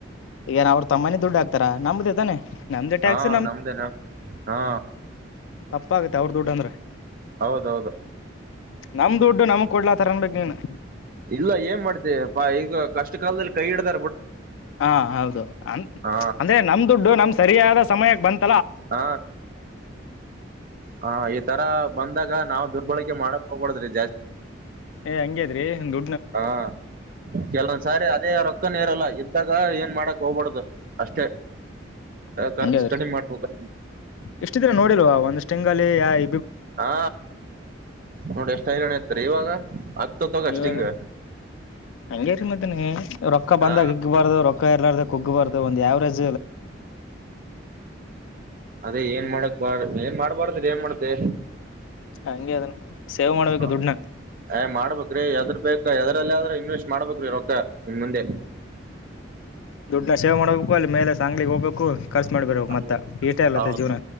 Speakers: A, on the left; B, on the right.
A: ಏನ್ ಅವ್ರ ತಮ್ಮನೇ ದುಡ್ಡು ಹಾಕ್ತಾರ ನಂಬ್ದ ತಾನೆ ನಮ್ದೇ ಟ್ಯಾಕ್ಸ್
B: ಹಾ ನಮ್ದೇ ನಮ ಹಾ
A: ತಪ್ಪಾಗತ್ತೆ ಅವ್ರ ದುಡ್ಡ ಅಂದ್ರೆ
B: ಹೌದೌದು
A: ನಮ ದುಡ್ಡು ನಮಗ್ ಕೊಡ್ಲಾತರನ್ ಬಗ್ ನೀನು
B: ಇಲ್ಲ ಏನ್ ಮಾಡ್ತ ಹ ಈಗ ಕಷ್ಟ ಕಾಲದಲ್ಲಿೈ ಹಿಡ್ದ
A: ಹಾ ಹೌದುೌದು ಅ
B: ಹಾ
A: ಅಂದ್ರೆ ನಮ್ ದುಡ್ಡು ನಮ ಸರಿಯಾದ ಸಮಯಕ್ಕೆ ಬಂತ <unintelligible>
B: ಹ ಹ ಈ ತರ ಬಂದಾಗ ನಾವ್ ದುರ್ಬಳಕೆ ಮಾಡಕ್ ಹೋಗ್ಬಡುದ್ರಿ.
A: ಏ್ ಹಂಗೇದ್ರಿಂದು.
B: ಹಾ ಕೆಲವೊಂದ್ಸಾರಿ ಅದೇ ರೊಕ್ಕನ್ ಇರಲ್ಲ ಇದ್ದಾಗ ಏನ್ ಮಾಡಕ್. ಹೋಗ್ಬಡ್ದ ಅಷ್ಟೇ. ಖರ್ಚು
A: ಹಂಗ ಅದ್ರೆ
B: ಕಡಿಮೆ ಮಾಡ್ಬೇಕ
A: ಇಷ್ಟಿದ್ರೆ ನೋಡಿಲ್ವಾ ಒಂದಷ್ಟ. ಚಂಗಗಳ ಆಯ
B: ಹಾ ನೋಡಿ ಎಷ್ಟ ತೈರಾಣ ಹತ್ರ ಇವಾಗ ತಗಷ್ಟ
A: ಇವಾಗ
B: ಹಿಂಗ
A: ಹಂಗೇರಿ ಮದನ ರೊಕ್ಕ
B: ಹ
A: ಬಂದಾಗ ಹಿಗ್ಬಾರ್ದು ರೊಕ್ಕ ಕರ್ ಕುಗ್ ಬಾರದು ಒಂದು ಯಾವವರಜ್
B: ಅದೇ ಏನ್ ಮಾಡಕ್ ಬಾರ ಏನ್ ಮಾಡ್ಬಾರ್ದ್ರ ಏನ್ ಮಾಡಕ್ ಹ
A: ಹಂಗೆ ಅದನ್ನ ಸೇವ್ ಮಾಡ್ಬೇಕು
B: ಹ
A: ದುಡ್ನ
B: ಏ ಮಾಡ್ಬೇಕೇ್ರೀ ಯದ್ರ ಬೇಕ ಎದ್ರಲ್ಲಿ ಆದ್ರೆ ಇನ್ವೆಸ್ಟ್ ಮಾಡ್ಬೇಕ್ರಿ ರ ಇನ್ ಮುಂದೆ
A: ದುಡ್ಡನ್ನ ಸೇವ್ ಮಾಡಬೇಕು ಅಲ್ಲಿ ಮೇಲೆ ಸಾಂಗ್ಡಿಗೆ ಹೋಗ್ಬೇಕು ಖರ್ಚು ಮಾಡಿ ಬರ್ಬೇಕು
B: ಹ
A: ಮತ್ತ ಈಟೇ ಅಲತ್ತ
B: ಹೌದು
A: ಜೀವನ